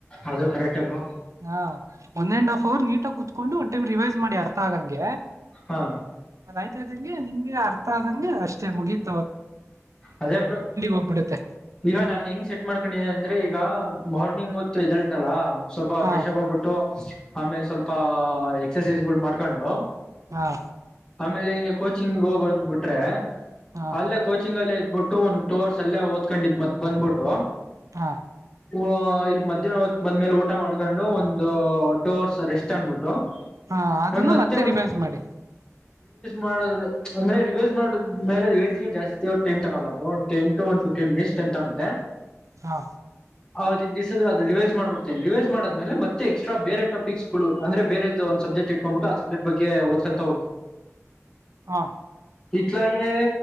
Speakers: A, on the left; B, on the right.
A: ಅದು ಕರೆಕ್ಟ್ಬ್ರು
B: ಹಾ ಒನ್ ಅಂಡ್ ಹಫ್ ಅವರ್ ನೀಟಾಗಿ ಕ ಕುತ್ಕೊಂಡು ಒಂದು ಟೈಮ ರಿವೈಸ್ ಮಾಡಿ ಅರ್ಥ ಆ ಹಾಗಂಗೆ
A: ಹಾ
B: ಅದಾಯ್ತ ಇದ್ದಂಗೆ ನಿಂಗೆ ಅರ್ಥ ಆದಂಗೆ ಅಷ್ಟೇ ಮುಗೀತ
A: ಅದೇಬ್
B: ಹೋಗ್ಬಿಡುತ್ತೆ
A: ಈಗ ನಾಾನು ಹೆಂಗ ಸೆಟ್ ಮಾಡ್ಕೊಂಡಿದೆಿ ಅಂದ್ರೆ ಈಗ ಮಾರ್ನಿಂಗ್ ಹೊತ್ತು ಇದಲ್ಟ್ನಲ್ಲ ಸ್ವಲ್ಪ
B: ಹಾ
A: ಫ್ರೆಶ್ ಆಗಿ ಹೋಗ್ಬಿಟ್ಟು ಆಮೇಲೆ ಸ್ವಲ್ಪ ಎಕ್ಸಸೈಸ್ ಗಳು ಮಾಡ್ಕೊಂಡು
B: ಹಾ
A: ಆಮೇಲೆ ಹಿಂಗಗೆ ಕೋಚಿಂಗ್ಗೆ ಹೋಗ್ ಬಂದ್ಬಿಟ್ರೆ
B: ಹಾ
A: ಅಲ್ಲೇ ಕೋಚಿಂಗ್ಲ್ಲೇ ಇದ್ಬಿಟ್ಟು ಒಂದ್ ಟೂ ಅವರ್ಸ್ ಅಲ್ಲೇ ಓದ್ಕೊಂಡಿದ್ತ್ ಬಂದ್ಬಿಟ್ಟು
B: ಹಾ
A: ಹ ಇಲ್ಲಿ ಮಧ್ಯಾಹ್ನ ಹೊತ್ತು ಬಂದ್ ಮೇಲೆ ಊಟ ಮಾಡ್ಕೊಂಡು ಒಂದು ಟೂ ಅವರ್ಸ್ ರೆಸ್ಟ್ ಅನ್ಬಿಟ್ಟು
B: ಹಾ ಅದನ್ನ
A: ಅವ ಮತ್ತೆ ಒವ
B: ರಿವೈಸ್ ಮಾಡಿ
A: ಮಾಡ್ ಅಂದ್ರೆ ರಿವೈಸ್ ಮಾಡ ಮೇಲೆ ರಿವೈಸ್ ಜಾಸ್ತಿ ಟೆತ್ ಅಲ್ಲರು ಒ ಟನ್ ಟ ಒ ಫ್ಟನ್ ಟೆತ್ ಅುತ್ತೆ
B: ಹಾ
A: ಹೌ ತಿ ದಿಸ ಅತ ಬ ಮಾಡ್ಬಡ್ೇನೆ ರಿವೈಸ್ ಮಾಡೇ ಮತ್ತೆ ಎಕ್ಸ್್ ಬೇರೆಟಕ್ಸ್ಗಳುಂದ್ರೆ ಬೇರೆದು ಒಂದು ಸಬ್ಜಕ್ಟ್ಕ್ಬಿ ಆ ಸಬ್ಜೆಕ್ಟ್ಗ್ಗೆ ಹದಂತ
B: ಹಾ
A: ಮಲಗೆ